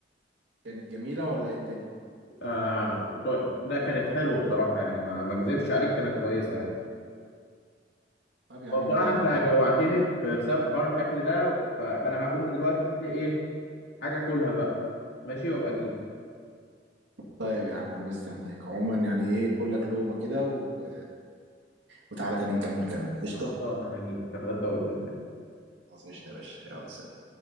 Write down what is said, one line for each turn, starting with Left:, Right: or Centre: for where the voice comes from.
Right: كانت جميلة ولا إيه الدنيا؟
Left: آه ده كانت حلوه بصراحه يعني ما ما اكذبش عليك كانت كويسه يعني
Right: طب يا
Left: هو
Right: عم
Left: بصراحه
Right: جامد
Left: انت جوعتني
Right: يعني
Left: بسبب حوار الاكل ده ف- فانا هقوم دلوقتي اشوف لي ايه حاجه اكلها بقى ماشي وابقى اجيلك
Right: طيب يا عم انا مستنيك عموما يعني ايه كلك لقمة كده و... وتعالى تاني نكمل كلامنا قشطة
Left: خلصانة هجيبك هتغدى واجيلك
Right: خلاص قشطة يا باشا يلا سلام